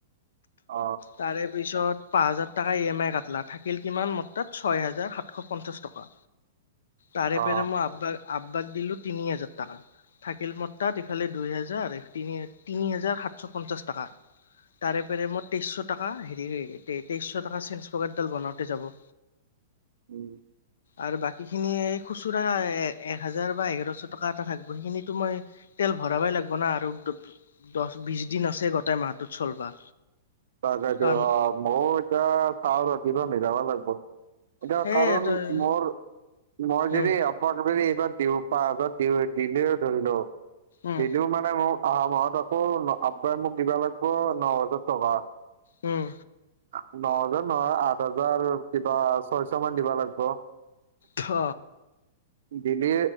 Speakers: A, on the right; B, on the left.
A: অ
B: তাৰে পিছত পাঁচ হাজাৰ টাকা ই এম আই কাটলা, থাকিল কিমান মাত্ৰ ছয় হাজাৰ সাতশ পঞ্চাশ টকা, তাৰে
A: অ
B: পেৰে মই আব্বা আব্বাক দিলো তিনি হাজাৰ টাকা। থাকিল মৰ তাত ইফালে দুই হেজাৰ, এই তিনি তিনি হাজাৰ সাতছ পঞ্চাছ টাকা। তাৰে পেৰে মই তেইছ ছ টকা হেৰিৰে তে তেইছ ছ টকা চেঞ্চ <unintelligible> বনাওতে যাব।
A: উম।
B: আৰু বাকীখিনি এই খুচুৰা এক হাজাৰ বা এঘাৰছ টকা এটা থাকিব, সেইখিনিতো মই তেল ভৰাবই লাগব না আৰু দ দছ, বিছ দিন আছে গোটাই মাহটোত চলবা।
A: তাকেটো
B: কাৰণ
A: অ মইও এতিয়া চাও ৰ কিবা মিলাবা লাগব'। এতিয়া
B: সেয়ে
A: কাৰণ
B: তই
A: মোৰ মই যদি
B: উম
A: <unintelligible> এইবাৰ দিও <unintelligible> দি দিলেও ধৰি ল
B: উম
A: দিলিও মানে মোক আহা মাহত আকৌ আপাৰ মোক দিব লাগব' ন হাজাৰ টকা।
B: উম।
A: ন হাজাৰ ন নহয়, আঠ হাজাৰ কিবা ছয় ছ মান দিবা লাগব'।
B: অ।
A: দিলি